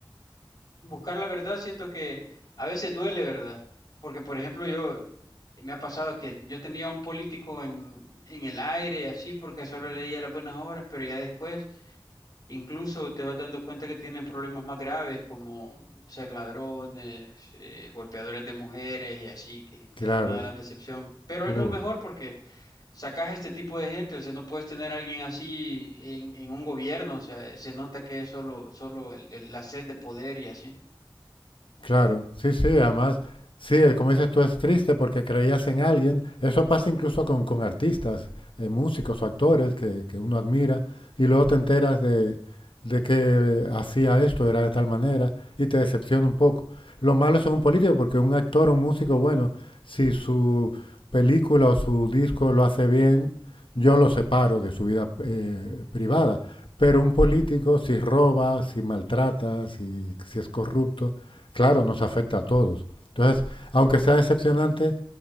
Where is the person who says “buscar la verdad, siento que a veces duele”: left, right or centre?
Left